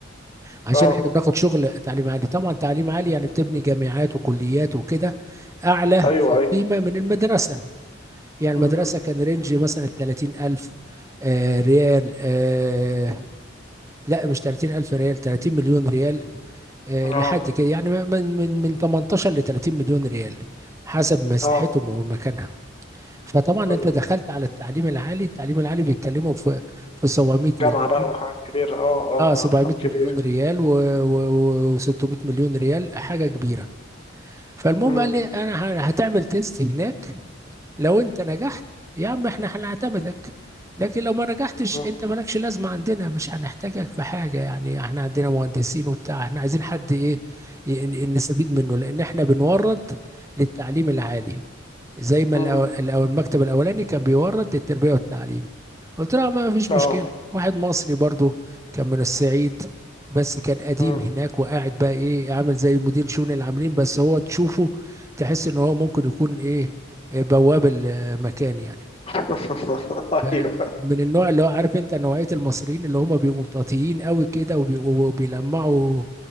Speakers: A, on the right; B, on the left.
A: عشان
B: اه
A: احنا بناخد شغل تعليم عالي طبعا تعليم عالي يعني بتبني جامعات وكليات وكده اعلى
B: ايوه
A: في القيمه
B: ايوه
A: من المدرسه يعني المدرسه
B: مم.
A: كان رينج مثلا 30000 آه ريال آه لا مش 30000 ريال 30 مليون ريال آه،
B: اه
A: لحد كده يعني من من من 18 ل 30 مليون ريال حسب مساحتهم
B: اه
A: ومكانها فطبعا
B: ايوه
A: انت دخلت على التعليم العالي التعليم العالي بيتكلموا في في 700 مليون
B: جامعة بقى وحاجات كبيرة اه اه
A: اه 700
B: ارقام كبيرة
A: مليون ريال و600 مليون ريال حاجه كبيره فالمهم
B: مم.
A: قال لي انا ه- هتعمل تيست هناك لو انت نجحت يا عم احنا هنعتمدك لكن لو ما نجحتش
B: مم.
A: انت مالكش لازمه عندنا مش هنحتاجك في حاجه يعني احنا عندنا مهندسين وبتاع احنا عايزين حد ايه ي- ن- نستفيد منه لان احنا بنورد للتعليم العالي زي ما
B: مم.
A: الأول الأول- المكتب الأولاني كان بيورد التربية والتعليم قلت لها ما مم. فيش
B: اه
A: مشكلة واحد مصري برضو كان من الصعيد بس كان قديم
B: مم.
A: هناك وقاعد بقى ايه عامل زي مدير شؤون العاملين بس هو تشوفه تحس ان هو ممكن يكون ايه إيه بواب المكان يعني
B: <laughs>
A: ف-
B: ايوه
A: من النوع اللي هو عارف انت نوعية المصريين اللي هم بيبقوا مطاطيين قوي كده وبي- وبيلمعوا